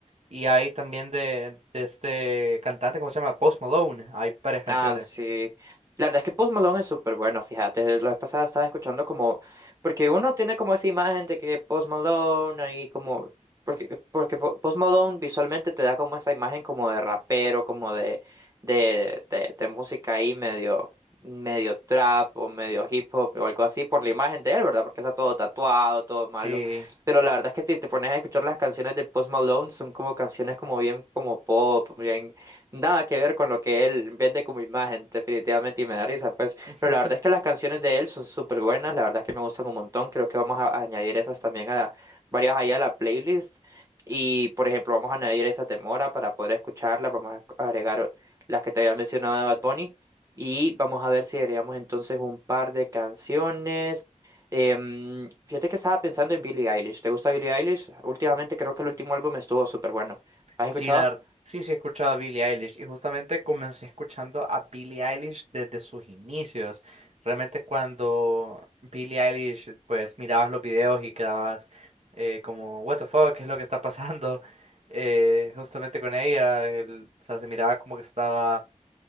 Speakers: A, on the right; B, on the right.
A: Y hay también de, de este cantante, ¿cómo se llama? Post Malone. Hay varias canciones.
B: Ah, sí. La verdad es que Post Malone es súper bueno, fíjate. La vez pasada estaba escuchando como, porque uno tiene como esa imagen de que Post Malone ahí como, porque, porque Po- Post Malone visualmente te da como esa imagen como de rapero, como de, de, de, de música ahí medio, medio trap o medio hip hop o algo así por la imagen de él, ¿verdad? Porque está todo tatuado, todo malo.
A: Sí.
B: Pero la verdad es que si te pones a escuchar las canciones de Post Malone, son como canciones como bien como pop, bien nada que ver con lo que él vende como imagen, definitivamente, y me da risa, pues.
A: <laughs>
B: Pero la verdad es que las canciones de él son súper buenas, la verdad es que me gustan un montón. Creo que vamos a, a añadir esas también a varias ahí a la playlist. Y, por ejemplo, vamos a añadir esa de Mora para poder escucharla. Vamos a agregar las que te había mencionado de Bad Bunny. Y vamos a ver si agregamos entonces un par de canciones. Em, fíjate que estaba pensando en Billie Eilish. ¿Te gusta Billie Eilish? Últimamente creo que el último álbum estuvo súper bueno. ¿Has
A: Sí,
B: escuchado?
A: la, ver- sí, sí, he escuchado a Billie Eilish. Y justamente comencé escuchando a Billie Eilish desde sus inicios. Realmente cuando Billie Eilish, pues mirabas los videos y quedabas eh, como, what the fuck, ¿qué es lo que está pasando? <laughs> Eh, justamente con ella, el- o sea, se miraba como que estaba